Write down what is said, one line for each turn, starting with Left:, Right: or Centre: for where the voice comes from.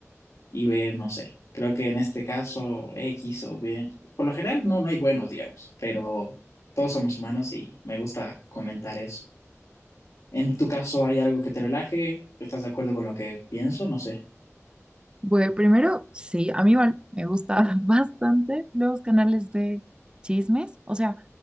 Left: y ver, no sé, creo que en este caso X o B, por lo general no, no hay buenos, digamos, pero todos somos humanos y me gusta comentar eso. En tu caso, ¿hay algo que te relaje? ¿Estás de acuerdo con lo que pienso? No sé.
Right: Bueno, primero, sí, a mí igual me gusta <laughs> bastante los canales de chismes. O sea,